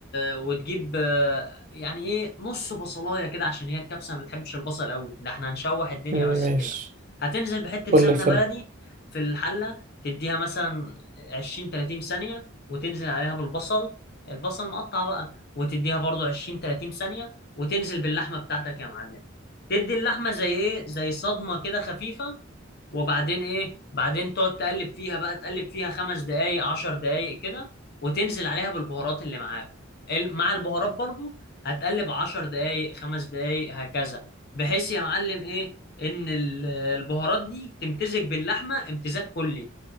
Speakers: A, on the left; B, on the right.
A: وتجيب آه، يعني ايه نص بصلاية كده عشان هي الكبسة ما بتحبش البصل قوي ده احنا هنشوح الدنيا
B: مم،
A: بس
B: ماشي
A: كده هتنزل بحتة
B: كل
A: سمنة
B: الفل
A: بلدي في الحلة تديها مثلا 20 30 ثانية وتنزل عليها بالبصل البصل مقطع بقى وتديها برضو 20 30 ثانية وتنزل باللحمة بتاعتك يا معلم تدي اللحمة زي ايه زي صدمة كده خفيفة وبعدين ايه بعدين تقعد تقلب فيها بقى تقلب فيها خمس دقايق عشر دقايق كده وتنزل عليها بالبهارات اللي معاك ال- مع البهارات برضو هتقلب عشر دقايق خمس دقايق هكذا بحيث يا معلم ايه ان ال- البهارات دي تمتزج باللحمة امتزاج كلي